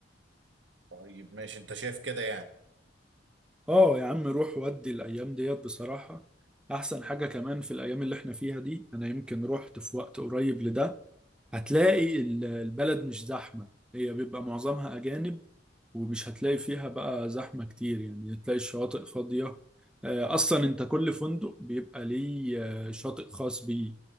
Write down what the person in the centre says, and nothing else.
اه يا عم روح ودي الايام ديت بصراحة احسن حاجة كمان في الايام اللي احنا فيها دي انا يمكن رحت في وقت قريب لده هتلاقي ال- البلد مش زحمة هي بيبقى معظمها أجانب ومش هتلاقي فيها بقى زحمة كتير يعني هتلاقي الشواطئ فاضية آه، أصلا أنت كل فندق بيبقى ليه آه، شاطئ خاص بيه